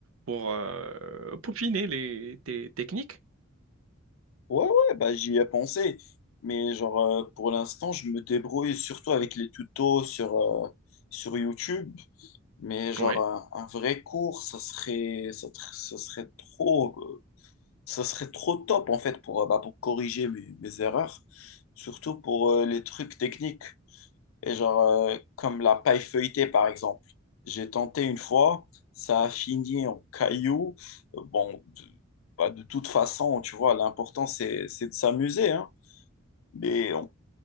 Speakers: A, on the right; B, on the left.
A: pour euh, peaufiner les, tes techniques?
B: Ouais, ouais, bah, j'y ai pensé. Mais genre, euh, pour l'instant, je me débrouille surtout avec les tutos sur, euh, sur YouTube. Mais genre,
A: Oui,
B: un, un vrai cours, ça serait, ça, tr- ça serait trop, euh, ça serait trop top, en fait, pour, euh, bah, pour corriger mes, mes erreurs. Surtout pour euh, les trucs techniques. Et genre, euh, comme la paille feuilletée, par exemple. J'ai tenté une fois, ça a fini en cailloux Euh, Bon, de, bah, de toute façon, tu vois, l'important, c'est, c'est de s'amuser, hein. Mais on-